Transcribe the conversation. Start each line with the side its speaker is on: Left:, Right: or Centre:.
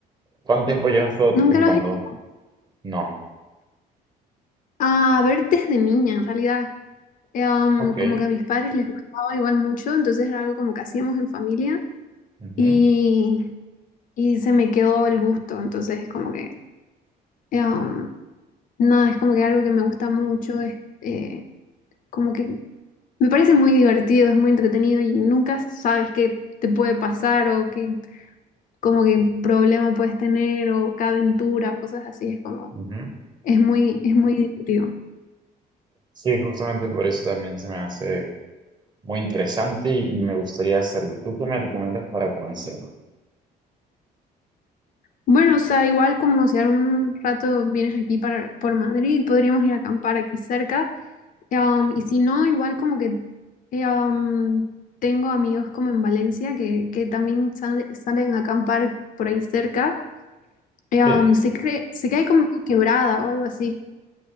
Right: ¿Cuánto tiempo llevas todo
Left: Nunca
Right: acampando?
Left: lo has hecho.
Right: No.
Left: A ver, desde niña, en realidad. Eh, um,
Right: Ok.
Left: como que a mis padres les gustaba igual mucho, entonces era algo como que hacíamos en familia
Right: ujú,
Left: y, y se me quedó el gusto. Entonces es como que, eh, um, nada, es como que algo que me gusta mucho. Es, eh, como que me parece muy divertido, es muy entretenido y nunca sabes qué te puede pasar o qué como que problema puedes tener o qué aventura o cosas así, es como
Right: ujú.
Left: es muy es muy divertido.
Right: Sí, justamente por eso también se me hace muy interesante y, y me gustaría hacerlo. ¿Tú qué me recomiendas para comenzar?
Left: Bueno, o sea, igual como si algún rato vienes aquí para, por Madrid, podríamos ir a acampar aquí cerca. Um, y si no, igual como que eh, um, tengo amigos como en Valencia que, que también sale- salen a acampar por ahí cerca Eh,
Right: Sí.
Left: um, se cree, se cae como una quebrada o algo así.